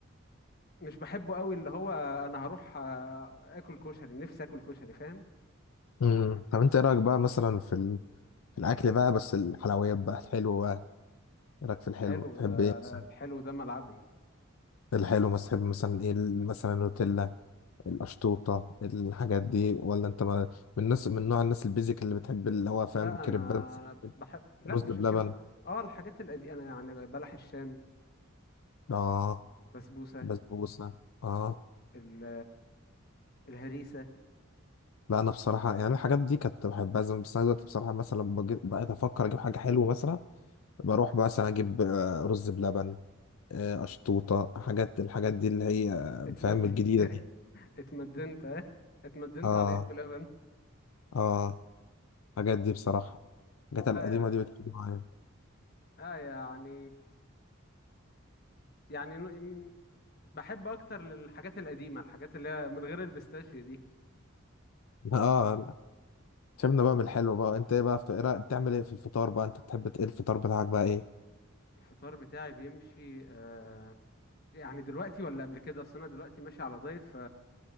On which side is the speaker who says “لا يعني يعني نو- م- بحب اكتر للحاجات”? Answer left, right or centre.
Left